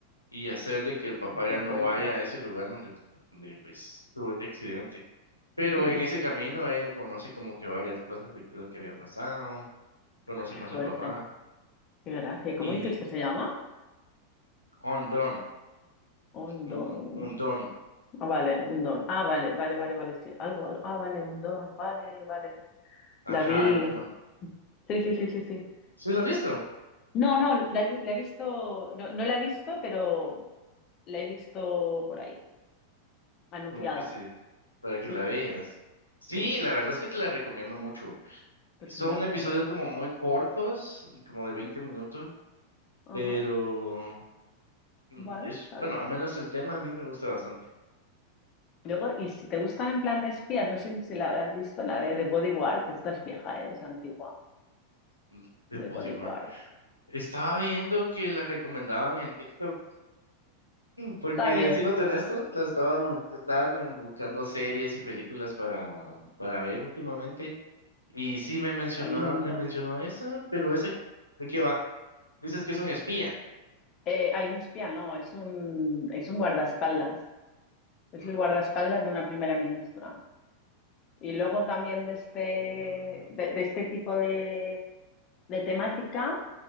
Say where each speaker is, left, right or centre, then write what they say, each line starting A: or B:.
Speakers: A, on the left; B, on the left.
A: y hacerle que el papá
B: Uy, qué
A: ya
B: fuerte.
A: no vaya a ese lugar donde, donde pues tuvo este accidente. Pero
B: Y,
A: en
B: y-
A: ese camino ella conoce como que varias cosas de qué es lo que había pasado, conoce
B: ah, qué
A: más
B: fuerte.
A: al papá
B: Qué gracia. ¿Cómo
A: y
B: dices que se llama?
A: undone,
B: Un
A: como
B: don.
A: un don,
B: Ah, vale, un don. Ah, vale, vale, vale, vale, sí. Algo, algo. Ah, vale, un don. Vale, vale.
A: ajá,
B: La vi.
A: como,
B: Sí, sí, sí, sí, sí.
A: ¿sí lo has visto?
B: No, no, la, la he visto, no, no la he visto, pero la he visto por ahí, anunciada.
A: Como que se, para
B: Sí,
A: que la veas. Sí,
B: sí,
A: la verdad es que te la recomiendo mucho.
B: pues
A: Son
B: mira, me
A: episodios
B: la voy a ver.
A: como muy cortos, como de 20 minutos,
B: Ajá,
A: pero mm,
B: bueno,
A: es,
B: está
A: bueno,
B: bien.
A: al menos el tema a mí me gusta bastante.
B: Luego, y si te gustan en plan de espías, no sé si la habrás visto, la de, The Bodyguard, que esta es vieja, ¿eh? es antigua,
A: Mm, De
B: de
A: bodyguard
B: Bodyguard.
A: Estaba viendo que las recomendaban en TikTok, porque
B: Está bien,
A: siéndote honesto, la estaba, bu- estaba como buscando series y películas para, para ver últimamente. Y sí me mencionaron,
B: hay un montón.
A: me mencionó esa, pero esa, ¿de qué va? Dices que es un espía.
B: Eh, hay un espía, no, es un, es un guardaespaldas. Es
A: Mm,
B: el guardaespaldas de una primera ministra. Y luego también de este,
A: mm,
B: de de este tipo de de temática.